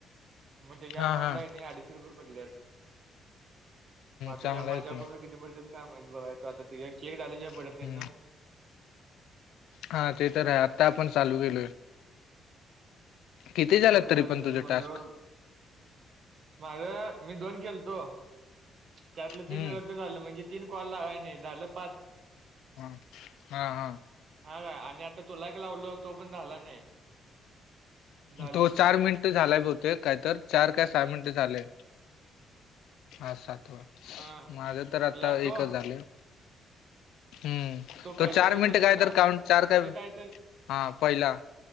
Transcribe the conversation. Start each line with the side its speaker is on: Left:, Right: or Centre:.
Right: म्हणजे या
Left: हा
Right: अकाउंटला
Left: हा
Right: आहे नाही अडीचशे रुपये पडलेत मग आता
Left: चांगला
Right: या माझ्याकडून
Left: आहे की
Right: किती पडत काम आहेत बघाय तो आता केक झाल्याशिय पडत
Left: हम्म,
Right: नाहीत ना
Left: हा ते तर आहे आता आपण चालू केलोय किती
Right: आता
Left: झालात
Right: आपण
Left: तरी
Right: झाले
Left: पण
Right: गेले
Left: तुझे
Right: म्हणल्यावर
Left: टास्क
Right: माझ मी दोन खेळतो त्यातलं तीन
Left: हम्म
Right: रद्द झालं म्हणजे तीन कॉल लागाय नाही झालं पाच
Left: ह हा हा
Right: हा काय आणि आता तोला एक लावल तो पण झाला नाही झालं
Left: तो चार मिनिट झाला बी होते कायत चार काय सहा मिनिट झाले हा सातवा,
Right: अ
Left: माझं तर
Right: कुठला
Left: आत्ता
Right: तो
Left: एकच झालया. हम्म, तो
Right: पहिला
Left: चार
Right: गेलतो
Left: मिनटं
Right: तो
Left: काय
Right: ना
Left: तर काउंट चार
Right: त्याच
Left: काय
Right: तर
Left: ह पहिला